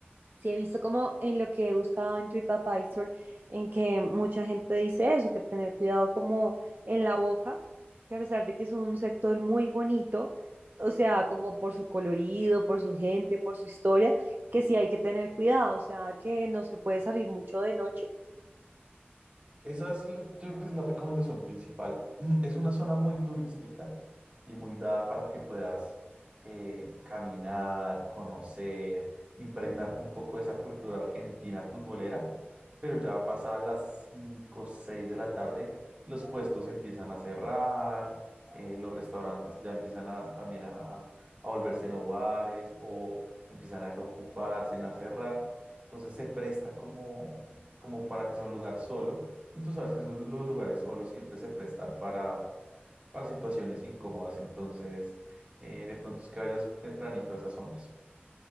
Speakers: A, on the right; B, on the right.
A: sí he visto como en lo que he buscado en TripAdvisor, en que mucha gente dice eso, que tener cuidado como en la boca, que a pesar de que es un sector muy bonito, o sea, como por su colorido, por su gente, por su historia, que sí hay que tener cuidado, o sea, que no se puede salir mucho de noche
B: Esa es, la- yo creo que es la recomendación principal. <clears throat> Es una zona muy turística y muy dada para que puedas eh, caminar, conocer, impregnarte un poco de esa cultura argentina futbolera, pero ya pasada las 5 o 6 de la tarde, los puestos empiezan a cerrar, eh, los restaurantes ya empiezan a, también a, a volverse en bares o empiezan a desocuparse, en a cerrar. Entonces se presta como, como para que sea un lugar solo y tú sabes que esos- los lugares solos siempre se prestan para, para situaciones incómodas, entonces eh, de pronto es que vayas tempranito a esas zonas.